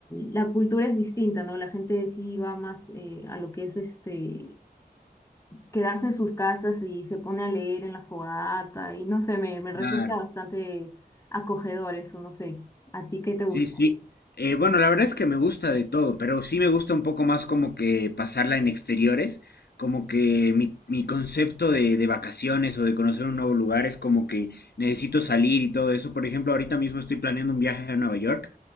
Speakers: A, on the left; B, on the left.
A: la cultura es distinta, ¿no? La gente sí va más eh, a lo que es este quedarse en sus casas y se pone a leer en la fogata y no sé, me, me resulta
B: Claro.
A: bastante acogedor eso, no sé. ¿A ti qué te gusta?
B: Sí, sí. Eh, bueno, la verdad es que me gusta de todo, pero sí me gusta un poco más como que pasarla en exteriores, como que mi, mi concepto de, de vacaciones o de conocer un nuevo lugar es como que necesito salir y todo eso. Por ejemplo, ahorita mismo estoy planeando un viaje a Nueva York,